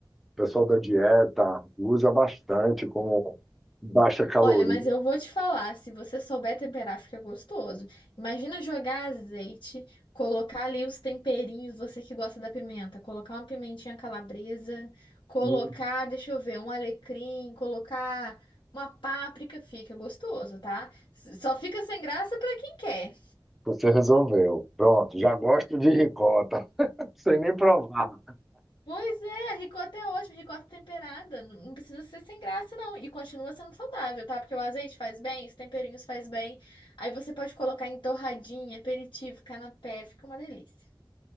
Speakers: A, in the centre; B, on the left (about 70°).
A: pessoal da dieta usa bastante como baixa caloria.
B: Olha, mas eu vou te falar, se você souber temperar, fica gostoso. Imagina jogar azeite, colocar ali os temperinhos, você que gosta da pimenta, colocar uma pimentinha calabresa, colocar,
A: Hum,
B: deixa eu ver, um alecrim, colocar uma páprica, fica gostoso, tá? S- Só fica sem graça pra quem quer.
A: você resolveu. Pronto, já gosto de ricota, <laughs> sem nem provar.
B: Pois é, ricota é ótimo, ricota temperada. Não não precisa ser sem graça, não. E continua sendo saudável, tá? Porque o azeite faz bem, os temperinhos faz bem. Aí você pode colocar em torradinha, aperitivo, canapé, fica uma delícia.